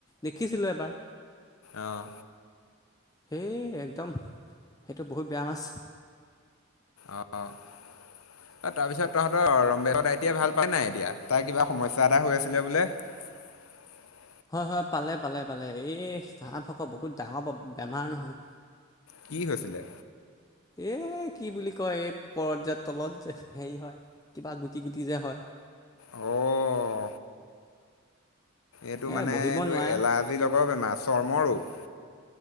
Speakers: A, on the left; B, on the left.
A: দেখিছিলো এবাৰ
B: আহ
A: সেই একদম সেইটো বহুত বেয়া মাছ
B: অঁ অ তাৰপিছত তহঁতৰ ৰমবেগৰ আইতিাই ভাল পাই নাই এতিয়া তাই কিবা সমস্যা এটা হৈ আছিলে বোলে <unintelligible>
A: হয় হয় পালে পালে পালে এই চাহ ভাক বহুত ডাঙৰ বেমাৰ নহয়
B: কি হৈছিলে
A: এ কি বুলি কয় এই পোকৰত যে তলত যে হেৰি হয় কিবা গুটি গুটি যে হয়
B: আহ এইটো
A: এ
B: মানে
A: বহিব
B: এইটো
A: নোৱাৰে
B: এলাৰ্জি লগৰ বেমাৰ চৰ্ম ৰোগ